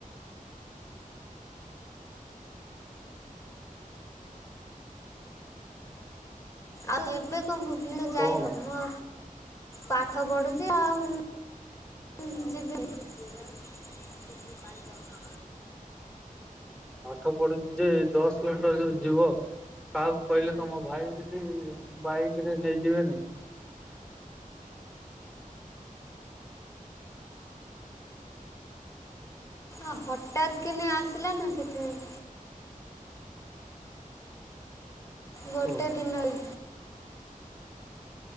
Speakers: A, on the left (about 20°); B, in the centre.
A: ଆଉ ଏବେ କଣ ଭୁବନେ
B: ତମ
A: ଯାଇ ହବ ପାଠ ପଢୁଛି ଆଉ। ଯିବିନି।
B: ପାଠ ପଢୁ ଯେ ଦଶ୍ କିଲୋମିଟର୍ ଯୋଉ ଯିବ। କାହାକୁ କହିଲେ ତମ ଭାଇ ବିଠି ବାଇକ ରେ ନେଇଯିବେନି,? <inaudible>
A: ଆ ହଠାତ୍ କିନି ଆସିଲା ନା ସେଥିପାଇଁ। ଗୋଟେ
B: ଓହୋ।
A: ଦିନରେ।